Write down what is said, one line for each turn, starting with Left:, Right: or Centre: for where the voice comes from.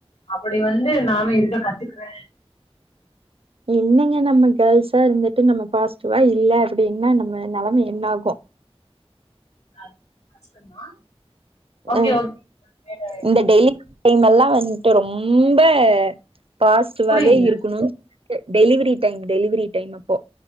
Left: அப்டி வந்து நானு இருக்க கத்துக்குறே
Right: என்னங்க நம்ம கேர்ள்ஸா இருந்துட்டு நம்ம பாசிட்டிவா இல்ல அப்டின்னா நம்ம நெலம என்னாகு
Left: அது கஷ்ட்ந்தா ஓகே
Right: அ
Left: ஓக் வேற
Right: இந்த டெய்லி இவ்ங்கெல்லா வந்இவ்எல்லாட்டு ரொம்ப பாசிட்டிவாவே
Left: புரியல
Right: இருக்கணுன் டெலிவரி டைம் டெலிவரி டைம் அப்போ